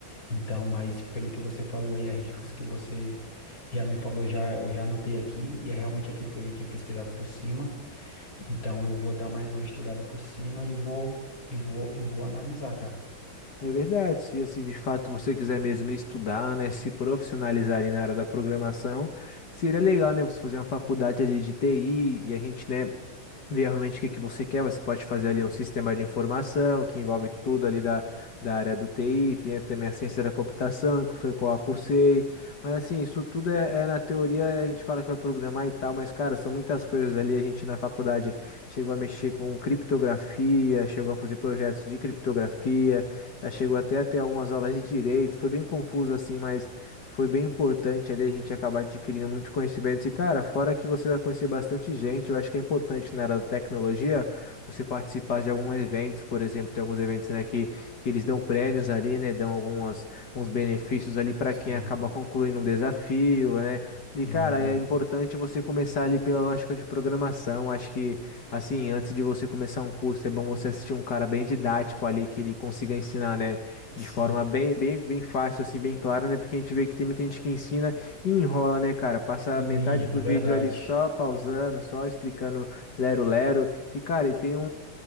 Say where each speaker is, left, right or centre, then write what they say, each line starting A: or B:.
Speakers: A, on the left; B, on the left.
A: Então, mas pelo que você falou aí, as dicas que você já me falou, já eu já anotei aqui e é realmente aquilo que eu já tinha pesquisado por cima. Então eu vou dar mais uma estudada por cima e vou e vou e vou analisar, cara.
B: É verdade, se assim de fato você quiser mesmo estudar, né, se profissionalizar ali na área da programação, seria legal, né, você fazer uma faculdade ali de TI e a gente, né, ver realmente o que que você quer. Você pode fazer ali um sistema de informação que envolve tudo ali da, da área do TI, tem também a ciência da computação, que foi qual eu cursei. Mas assim, isso tudo é, é na teoria, a gente fala que vai programar e tal, mas cara, são muitas coisas ali. A gente na faculdade chegou a mexer com criptografia, chegou a fazer projetos de criptografia, já chegou até a ter algumas aulas de direito, foi bem confuso assim, mas. Foi bem importante ali a gente acabar adquirindo muitos conhecimentos. E, cara, fora que você vai conhecer bastante gente, eu acho que é importante na área da tecnologia você participar de alguns eventos, por exemplo, tem alguns eventos, né, que, que eles dão prêmios ali, né, dão algumas, uns benefícios ali para
A: Sim.
B: quem acaba concluindo um desafio, né. E,
A: Sim.
B: cara, é importante você começar ali pela lógica de programação. Acho que, assim, antes de você começar um curso, é bom você assistir um cara bem didático ali, que ele consiga ensinar, né? De
A: Sim,
B: forma bem, bem, bem fácil, assim, bem clara, né? Porque a gente vê que tem muita gente que ensina e enrola, né, cara? Passa
A: Sim,
B: metade do
A: é verdade.
B: vídeo ali só pausando, só explicando lero-lero. E, cara, e tem um,